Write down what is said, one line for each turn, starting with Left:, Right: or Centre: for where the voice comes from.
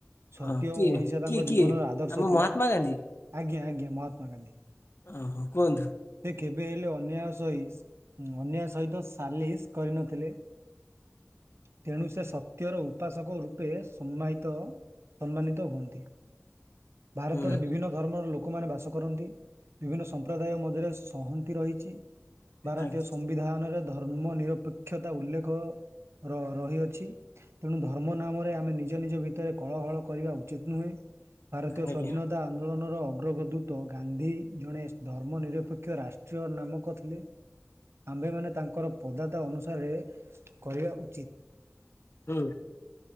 Right: ସତ୍ୟ
Left: ହଁ
Right: ଓ
Left: କିଏ
Right: ଅହିଂସା ତାଙ୍କ
Left: କିଏ କିଏ
Right: ଜୀବନର ଆଦର୍ଶ
Left: ଆମ
Right: ଥିଲା।
Left: ମହାତ୍ମା ଗାନ୍ଧୀ
Right: ଆଜ୍ଞା, ଆଜ୍ଞା ମହାତ୍ମା ଗାନ୍ଧୀ।
Left: ଓ ହୋ, କୁହନ୍ତୁ।
Right: ସେ କେବେ ହେଲେ ଅନ୍ୟାୟ ସହି ଉଁ, ଅନ୍ୟାୟ ସହିତ ସାଲିସ୍ କରିନଥିଲେ। ତେଣୁ ସେ ସତ୍ୟର ଉପାସକ ରୂପେ ସମ୍ମାହିତ ସମ୍ମାନିତ ହୁଅନ୍ତି। ଭାରତରେ
Left: ହୁଁ ଆଜ୍ଞା
Right: ବିଭିନ୍ନ ଧର୍ମର ଲୋକମାନେ ବାସ କରନ୍ତି। ବିଭିନ୍ନ ସମ୍ପ୍ରଦାୟ ମଧ୍ୟରେ ସଂହ ତି ରହିଛି, ଭାରତୀୟ
Left: ଆଜ୍ଞା
Right: ସମ୍ବିଧାନରେ ଧର୍ମ ନିରପେକ୍ଷତା ଉଲ୍ଲେଖ ର ରହିଅଛି। ତେଣୁ ଧର୍ମ ନାମରେ ଆମେ ନିଜ ନିଜ ଭିତରେ କଳହଳ କରିବା ଉଚିତ ନୁହେଁ। ଭାରତୀୟ
Left: ଆଜ୍ଞା,
Right: ସ୍ବାଧୀନତା ଆନ୍ଦୋଳନର ଅଗ୍ରଗଦୂତ ଗାନ୍ଧୀ ଜଣେ ଧର୍ମ ନିର ପକ୍ଷ ରାଷ୍ଟ୍ରୀୟ ନାମକ ଥିଲେ। ଆମ୍ଭେମାନେ ତାଙ୍କର ପଦାତ ଅନୁସାରେ କରିବା ଉଚିତ୍।
Left: ହୁଁ।